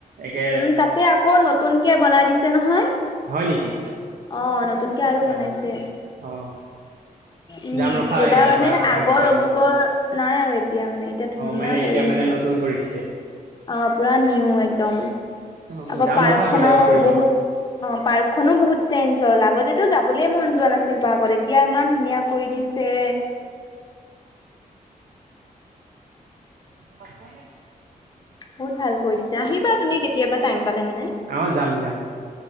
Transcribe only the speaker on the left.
উম, তাতে আকৌ নতুনকে বনাই দিছে নহয়
অ', নতুনকে আৰু
বনাইছে
উম,
এইবাৰ
মানে আগৰ
অগ্নিগঢ় নাই আৰু এতিয়া মানে এতিয়া
ধুনীয়া
কৰি দিছে।
অ', পুৰা নিউ একদম
আকৌ
পাৰ্ক
খনৰ
বহুত অ', পাৰ্কখননো বহুত চেঞ্জ হ'ল আগতেো যাবলে মন যোৱা নাছিল পাৰ্কত এতিয়া ইমান ধুনীয়া কৰি দি ছে
বহুত ভাল কৰিৈ দিছো আহিবা তুমি কেতিয়াবা টাইম পালে মানে